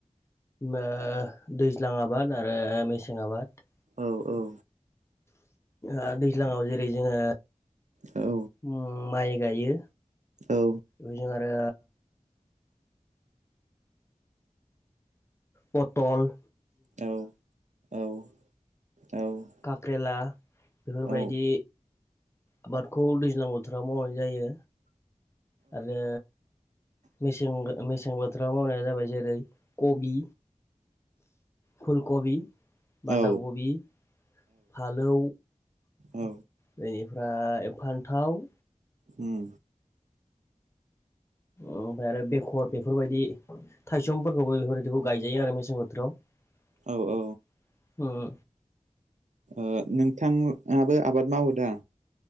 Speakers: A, on the left (about 20°); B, on the right (about 65°).
A: ओ दैज्लां आबाद आरो मेसें आबाद
B: औ औ
A: आ दैज्लाङाव जेरै जोङो
B: औ
A: ओ माइ गायो
B: औ
A: ओजों आरो पथल
B: औ औ औ
A: काक्रेला बेफोरबायदि
B: औ
A: आबादखौ दैज्लां बोथोराव मावनाय जायो। आरो मेसें मेसें बोथोराव मावनाया जाबाय जेरै कबि फुलकबि बान्दाखबि।
B: औ
A: फालौ
B: औ
A: बेनिफ्राय फान्थाव।
B: उम
A: ओमफाय आरो बेकर बेफोरबायदि थायसंफोरखौबो बेफोरबायदिखौ
B: औ
A: गायजायो आरो मेसें बोथोराव
B: औ ओ
A: उम।
B: ओ नोंथाङाबो आबाद मावो दा?